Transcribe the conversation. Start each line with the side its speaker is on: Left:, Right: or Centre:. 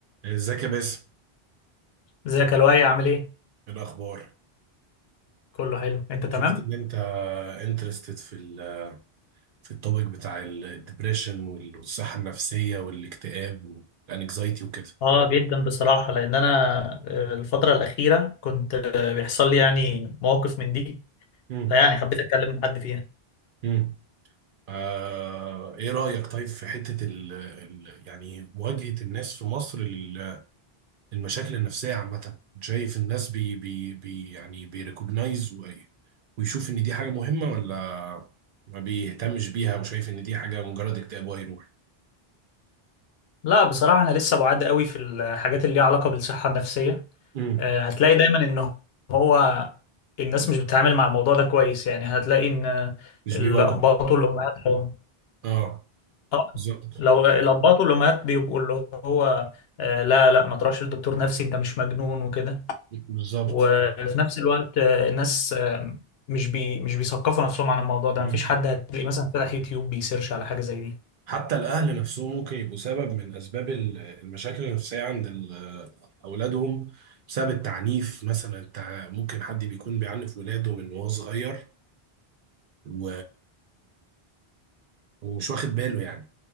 Right: ازيك يا باسم
Left: ازيك يا لؤي عامل ايه؟
Right: ايه الاخبار
Left: كله حلو، انت تمام؟
Right: شفت ان انت انترستد في ال في التوبيك بتاع الدبريشن والصحه النفسيه والاكتئاب والانكزايتي وكده
Left: اه جدا بصراحة لأن أنا آه، الفترة الأخيرة كنت آه، بيحصل لي يعني مواقف من دي
Right: امم
Left: فيعني حبيت أتكلم مع حد فيها
Right: امم آه ايه رايك طيب في حته ال ال يعني مواجهه الناس في مصر لل- للمشاكل النفسيه عامه شايف الناس بي بي بي يعني بيريكوجنايز ويشوف ان دي حاجه مهمه ولا ما بيهتمش بيها وشايف ان دي حاجه مجرد اكتئاب وهيروح
Left: لا بصراحة أنا لسه بعاد قوي في الحاجات اللي ليها علاقة بالصحة النفسية،
Right: امم
Left: آه، هتلاقي دايما إن هو الناس مش بتتعامل مع الموضوع ده كويس، يعني هتلاقي إن
Right: مش
Left: الآباء
Right: بيواجهه
Left: والأمهات لو
Right: اه
Left: آه،
Right: بالظبط
Left: لو الآباء والأمهات بيبقوا اللي هو آه، لا لا ما تروحش لدكتور نفسي أنت مش مجنون وكده،
Right: بالظبط
Left: وفي نفس الوقت آه، الناس آه، مش بي مش بيثقفوا نفسهم عن الموضوع ده
Right: مم.
Left: مفيش حد هتلاقيه مثلا فتح يوتيوب بيسيرش على حاجة زي دي
Right: حتى الأهل نفسهم ممكن يبقوا سبب من أسباب ال- المشاكل النفسية عند ال- أولادهم بسبب التعنيف مثلا التع- ممكن حد بيكون بيعنف ولاده من وهو صغير و... ومش واخد باله يعني